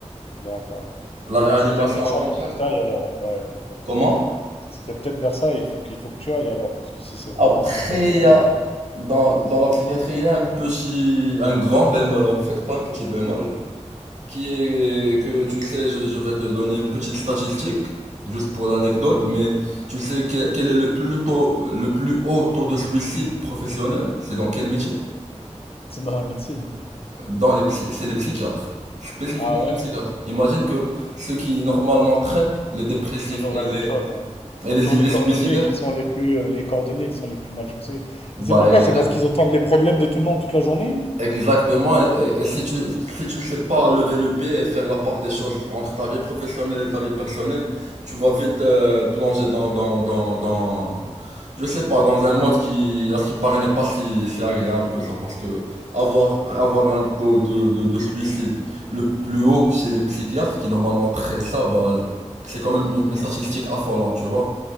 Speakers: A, on the left; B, on the right.
A: D'accord.
B: La réanimation,
A: Bah, c'est peut-être vers
B: en
A: ça
B: contraire,
A: qu'il faut que tu ailles alors. Ouais. Euh, faut-
B: comment?
A: C'est peut-être vers ça il faut qu'il faut que tu ailles alors, parce que si c'est vraiment
B: Après,
A: ce qui te passionne.
B: il y a-
A: euh,
B: dans, dans l'applicatrice,
A: <laughs>
B: il y a un petit, un grand bémol en fait, pas un petit bémol. qui est que tu sais, je, je vais te donner une petite statistique, juste pour l'anecdote, mais tu sais que- quel est le plus tôt, le plus haut taux de suicide professionnel? C'est dans quel métier?
A: C'est dans la médecine.
B: Dans les, psy- c'est les psychiatres, spécifiquement
A: Ah ouais,
B: les psychiatres. Imagine que ceux qui normalement traitent les dépressifs
A: c'est toujours
B: et
A: la
B: les,
A: même chose. hein. C'est
B: et les
A: toujours
B: idées
A: les cordonniers
B: suicidaires,
A: qui sont les plus, euh, les cordonniers qui sont les plus mal chaussés.
B: bah
A: Mais c'est pourquoi?
B: exactement.
A: C'est parce qu'ils entendent les problèmes de tout le monde toute la journée?
B: Exactement, et, et- et si tu si tu ne sais pas lever le pied et faire la part des choses entre ta vie professionnelle et ta vie personnelle, tu vas vite euh, plonger dans dans dans dans je sais pas dans un mode qui à ce qui paraît n'est pas si si agréable que ça parce que avoir avoir un taux de de, de suicide le plus haut chez les psychiatres qui normalement traitent ça bah c'est quand même une, une statistique affolante, tu vois.